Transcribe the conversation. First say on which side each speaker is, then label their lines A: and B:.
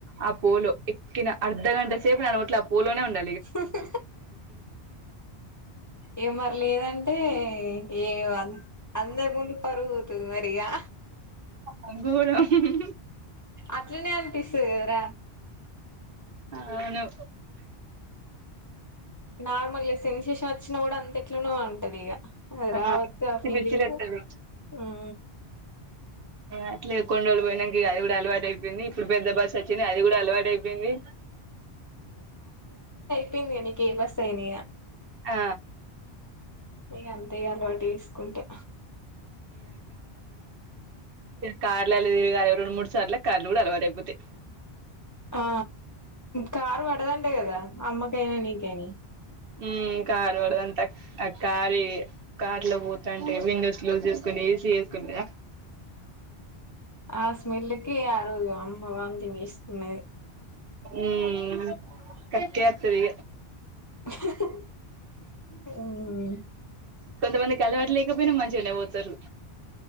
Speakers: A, on the right; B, on the left.
A: ఆ పోలో ఎక్కిన అర్ధగంట సేపు నాన్న ఒట్ల ఆ పోలోనే ఉండ
B: హు హు ఏం మరి లేదంటే ఏ అందే ముందు పరుగు గు మరియా
A: అంగూరం ఉమ్
B: అట్లునే అనిపిస్తురా
A: అవును
B: నార్మల్ సెన్సేషన్ వచ్చినా కూడా అంత ఎట్లోన ఉంటది ఇక అద
A: పిచ్చి
B: ఆవత్ ఆ ఫీలింగ్
A: పిచ్చి లేత్తది
B: హ
A: అట్లే కొన్ని రోజులు పోయినాక అది కూడా అలవాటు అయిపోయింది ఇప్పుడు పెద్ద బస్సు వచ్చింది అది కూడా అలవాటు అయిపోయింది
B: చెప్పింధి నీకు ఎమ్ వస్తాయినియా
A: ఆ
B: మీక అంతే అలవాటు వసుకుంటే
A: కార్లులా తరగాలి రెండు మూడు సార్లు కార్లు కూడా అలవటు అయిపోతాయి
B: ఆ కార్ పడదంటే కదా అమ్మకయినా నీకయిని
A: ఉమ్ కార్ వా అంతా కార కార్ లో పోతుంటే విండోస్ లూజ్ చేసుకుని ఏసీ, ఏసుకుంటే
B: ఆ స్మెల్కే అరోజు అమ్మ వోమ్టింగ్ వేసుకున్న
A: ఉమ్ కక్కేతాది
B: హు హు ఉమ్
A: కొంతమందికి అలవాటులేకపోయినా మంచిగానే పోతారు